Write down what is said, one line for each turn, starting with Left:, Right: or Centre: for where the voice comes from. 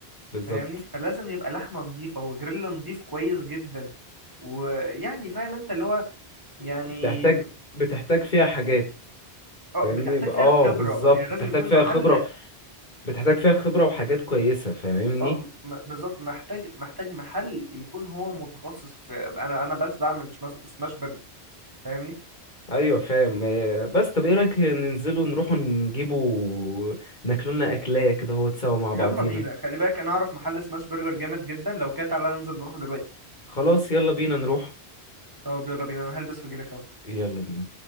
Left: بالظبط
Right: فاهمني فلازم يبقى لحمة نظيفة وجريل نظيف كويس جدا ويعني فاهم انت اللي هو يعني
Left: بتحتاج بتحتاج فيها حاجات
Right: اه
Left: فاهمني
Right: بتحتاج
Left: ب- اه
Right: فيها خبرة
Left: بالظبط
Right: يعني
Left: بتحتاج
Right: لازم يكون
Left: فيها
Right: محل
Left: خبرة بتحتاج فيها خبرة وحاجات كويسة فاهمني
Right: اه م- بالظبط محتاج محتاج محل يكون هو متخصص في انا انا بس بعمل سماش سماش برجر فاهمني
Left: ايوه فاهم آه، بس طب ايه رأيك ننزلوا نروحوا نجيبوا ناكلولنا اكلاية كده هو تسوا مع بعضينا
Right: يلا بينا خلي بالك انا اعرف محل سماش برجر جامد جدا لو كده تعالى ننزل نروح دلوقتي
Left: خلاص يلا بينا نروح
Right: طب يلا بينا انا هلبس واجيلك اهو
Left: يلا بينا